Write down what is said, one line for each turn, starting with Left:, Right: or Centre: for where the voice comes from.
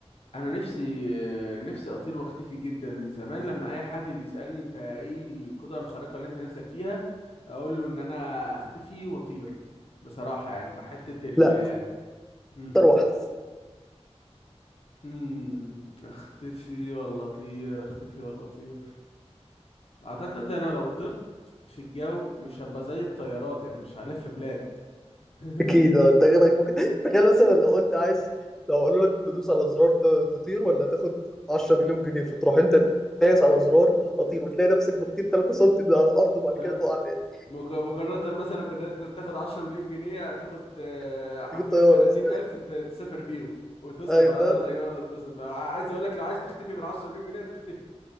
Left: انا نفسي آه، نفسي اطير واختفي جدا من زمان لما اي حد بيسألني انت ايه القدرة الخارقة اللي انت نفسك فيها اقول له ان انا اختفي واطير بصراحة يعني في حتة ال
Centre: لا
Left: آه، مم.
Centre: اكتر واحده
Left: مم. اختفي ولا اطير اختفي ولا اطير اعتقد انا لو طرت في الجو مش هبقى زي الطيارات يعني مش هلف بلاد
Centre: <laughs>
Left: <laughs>
Centre: اكيد آه، انت غيرك ممكن <laughs> تخيل مثلا لو قلت عايز لو قالوا لك تدوس على زرار ت- تطير ولا تاخد 10 مليون جنيه فتروح انت دايس على زرار اطير وتلاقي نفسك بتطير 3 سم من على الارض وبعد
Left: فاهم
Centre: كده تقع تاني
Left: مك- مقارنة مثلا بان انت تاخد 10 مليون جنيه هتاخد آه،
Centre: <laughs>
Left: حرفيا
Centre: تجيب طياره
Left: 30
Centre: بس
Left: الف ت- تسافر بيهم وتصرف
Centre: اي
Left: على
Centre: فاهم
Left: نفسك بقى وتتبسط عايز اقول لك لو عايز تختفي بال 10 مليون جنيه تختفي